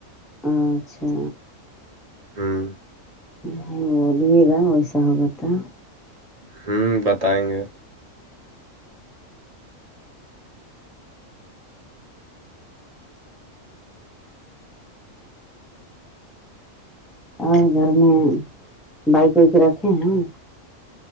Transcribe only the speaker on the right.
ہوں
ہوں بتائیں گے